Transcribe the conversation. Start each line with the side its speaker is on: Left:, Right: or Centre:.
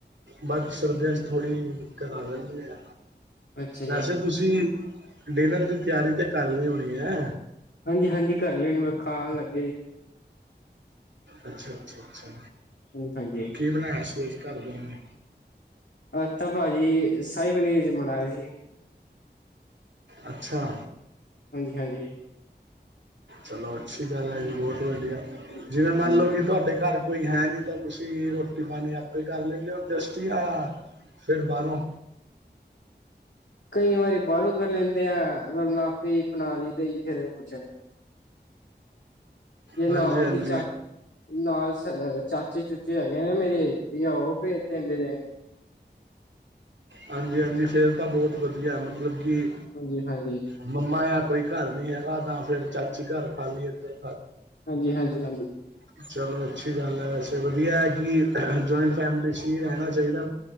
Right: ਬਦ ਸ਼ਰਦੀਆਂ 'ਚ ਥੜ੍ਹੀ ਦਿੱਕਤ ਆ ਜਾਂਦੀ ਏ।
Left: ਅੱਛਾ ਜੀ,
Right: ਵੈਸੇ ਤੁਸੀਂ ਡਿਨਰ ਦੀ ਤਿਆਰੀ ਤੇ ਕਰ ਲਈ ਹੋਣੀ ਏ।
Left: ਹਾਂਜੀ -ਹਾਂਜੀ ਕਰ ਲਿਆਣੀ ਵ ਖਾਣ ਲੱਗੇ ਜੇ।
Right: ਅੱਛਾ -ਅੱਛਾ -ਅੱਛਾ
Left: ਹਾਂਜੀ-ਹਾਂਜੀ।
Right: ਕੀ ਬਣਾਇਆ ਸੀ ਘਰਦਿਆਂ ਨੇ?
Left: ਅੱਜ ਤਾਂ ਭਾਜੀ ਸ਼ਾਹੀ ਪਨੀਰ ਅਸੀਂ ਬਨਾਇਆ ਸੀ।
Right: ਅੱਛਾ!
Left: ਹਾਂਜੀ- ਹਾਂਜੀ
Right: ਚਲੋ ਅੱਛੀ ਗੱਲ ਹੈ ਜੀ ਬਹੁਤ ਵਧੀਆ,
Left: ਹਾਂਜੀ
Right: ਜਿਵੇਂ
Left: ਹਾਂਜੀ
Right: ਮੰਨ ਲੋ ਕਿ ਤੁਹਾਡੇ ਘਰ। ਕੋਈ ਹੈ ਨਹੀਂ ਤਾਂ ਤੁਸੀਂ ਰੋਟੀ ਪਾਣੀ ਆਪੇ ਹੀ ਕਰ ਲੈਂਦੇ ਹੋ ਐਜਸਟ ਜਾਂ ਫਿਰ ਬਾਹਰੋਂ।
Left: ਕਈ ਵਾਰੀ ਬਾਹਰੋਂ ਕਰ ਲੈਂਦੇ ਆ ਅਗਰ ਨਾ। ਤੇ ਬਣਾ ਲਈਦਾ ਜੀ ਫੇਰ ਕੁਛ। ਜੇ ਨਾਲ
Right: ਹਾਂਜੀ ਹਾਂਜੀ
Left: ਦੀ ਚੱਕ। ਨਾਲ ਚਾਚੇ -ਚੂਚੇ ਹੈਗੇ ਨਾ ਮੇਰੇ ਇਡਲੀਆ ਉਹ ਭੇਜ ਦਿੰਦੇ ਨੇ।
Right: ਹਾਂਜੀ -ਹਾਂਜੀ ਫਿਰ ਤਾਂ ਬਹੁਤ ਵਧੀਆ ਮਤਲਬ ਕਿ।
Left: ਹਾਂਜੀ -ਹਾਂਜੀ
Right: ਮੰਮਾ ਆ ਕੋਈ ਘਰ ਨਹੀਂ ਹੈਗਾ ਤਾਂ ਫਿਰ ਚਾਚੀ ਘਰ ਖਾਲੀਏ ਤੇ।
Left: ਹਾਂਜੀ- ਹਾਂਜੀ -ਹਾਂਜੀ
Right: ਹ ਚਲੋ ਅੱਛੀ ਗੱਲ ਹੈ। ਵੈਸੇ ਵਧੀਆ ਹੈ ਕਿ ਜੁਆਇੰਟ ਫੈਮਿਲੀ ਹੀ ਰਹਿਣਾ ਚਾਹੀਦਾ।